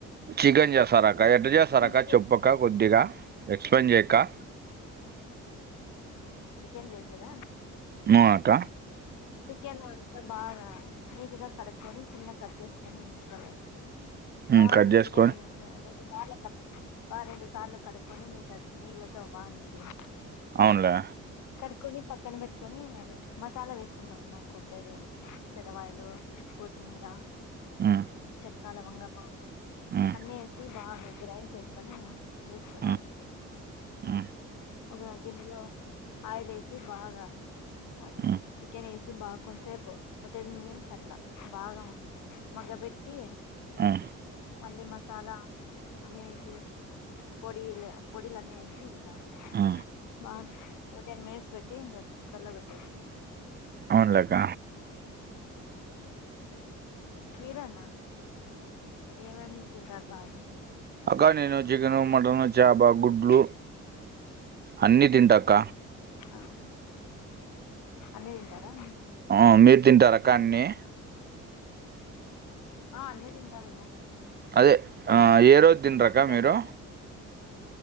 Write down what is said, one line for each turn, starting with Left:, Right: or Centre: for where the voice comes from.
Right: చికెన్ చేస్తారాక్క ఎట్టా చేస్తారక్క
Left: ఫిష్
Right: చెప్పక్క కొద్దిగా ఎక్స్ప్లెయిన్ చేయక్క
Left: చికెన్ చేసేదా అన్న
Right: ము అక్క
Left: చికెన్ అంత బాగా నీటుగా కడుక్కొని చిన్నగా కట్ చేసుకొని ముక్కలు
Right: ఉమ్,
Left: బాగా
Right: కట్
Left: నీటుగా
Right: చేసుకొని
Left: రెం రెండు సార్లు అట్లా బా రెండు సార్లు కడుక్కొని నీతో నీళ్ళతో బా నీటిగా
Right: అవునులే
Left: కడుక్కొని పక్కన పెట్టుకొని అది మసాలా వేసుకుంటాం అన్న కొబ్బరి తెెలవాయలు కొత్తిమీర
Right: ఉమ్,
Left: చక్కా లవంగము
Right: ఉమ్,
Left: అన్నీ ఎసి బాగా గ్రైండ్ చేసుకొని పేస్టు మాదిరి
Right: ఉమ్, ఉమ్,
Left: ఒక గిన్నెలో ఆయిల్ వేసి బాగా అదే
Right: ఉమ్,
Left: చికెన్ వేసి బాగా కొంతసేపు టెన్ మినిట్స్ అట్లా బాగా మగ్గ పెట్టి
Right: హామ్
Left: మళ్ళీ మసాలా అన్నీ ఎసి పొడిల పొడిలన్నీ వేసి ఇంకా
Right: ఉమ్.
Left: బ ఓ టేన్ మినిట్స్ పెట్టి ఇంకా కుక్కర్లో పెట్టేసుకోవాలి
Right: అవునులే అక్క
Left: మీరన్న ఏమేం తింటారు బాగా
Right: అక్క నేను చికెను మటన్ చప గుడ్లు అన్నీ తింటాక్క
Left: ఆ అన్నీ తింటారా
Right: ఉ మీరు తింటారా అక్క అన్ని
Left: ఆ అన్నీ తింటామన్నా
Right: అదే ఏ రోజు తిన్రక్క
Left: చికెన్
Right: మీరు